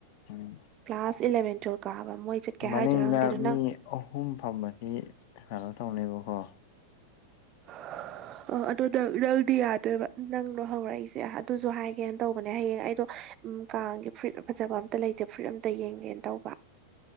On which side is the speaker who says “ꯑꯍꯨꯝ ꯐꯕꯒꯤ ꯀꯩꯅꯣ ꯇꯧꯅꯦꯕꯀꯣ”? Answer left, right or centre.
Left